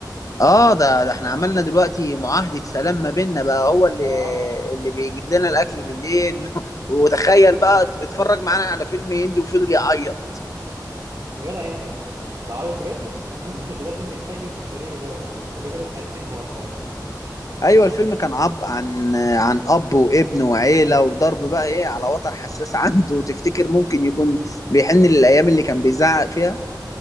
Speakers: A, on the left; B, on the right.
A: اه ده ده احنا عملنا دلوقتي معاهدة سلام ما بيننا بقى هو اللي
B: اه
A: اللي بيجيب لنا الاكل بالليل <laughs> وتخيل بقى اتفرج معانا على فيلم هندي وفضل يعيط
B: يا جدع انت ده عيط بجد؟ <laughs> ده, ده لازم يتسجل في التاريخ دوت الراجل الحديدي انهار خلاص
A: ايوه الفيلم كان عب عن عن اب وابن وعيله وضرب بقى ايه على وتر حساس <laughs> عنده وتفتكر ممكن يكون بيحن للايام اللي كان بيزعق فيها